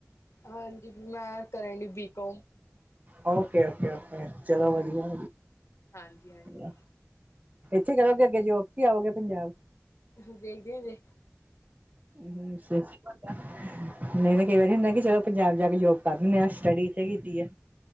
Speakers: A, on the left; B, on the right.
A: ਹਾਂਜੀ, ਮੈਂ ਕਰਨਾਂ ਡ ਬੀਕੋਮ।
B: ਓਕੇ ਓਕੇ ਓਕੇ ਚਲੋ ਵਧੀਆ।
A: ਹਾਂਜੀ,
B: ਵਧੀਆ
A: ਹਾਂਜੀ।
B: ਇੱਥੇ ਕਰੋਗੇ ਅੱਗੇ ਜੋਓ ਕਿ ਆਓਗੇ ਪੰਜਾਬ।
A: ਦੇਖਦੇ ਹਾਂ ਜੇ,
B: ਹਮ ਸ ਨਹੀਂ ਤਾਂ ਕਈ ਵਾਰੀ ਹੁੰਦਾ, ਕਿ ਚਲੋ ਪੰਜਾਬ ਜਾ ਕੇ ਜੋਬ ਕਰ ਦਿੰਦੇ ਆ ਸਟੱਡੀ ਇੱਥੇ ਕੀਤੀ ਆ।